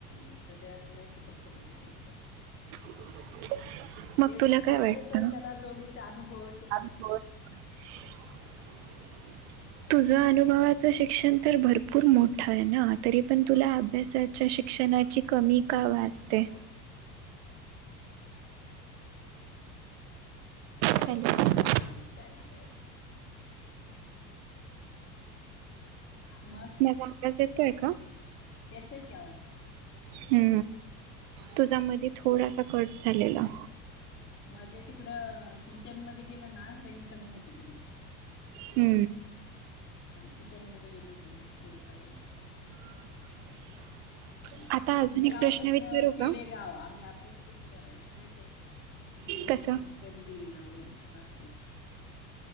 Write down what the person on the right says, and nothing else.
<inaudible>
काय
वाटतं
<unintelligible> तुझं अनुभवाचं शिक्षण तर भरपूर मोठं आहे ना तरी पण तुला अभ्यासात च्या शिक्षणाची कमी का भासते हॅलो
माझा आवाज येतोय का
हू तुझा मधी थोडासा कट झालेला
हू
<inaudible>
अजून
एक
प्रश्न
विचारू
का
कसं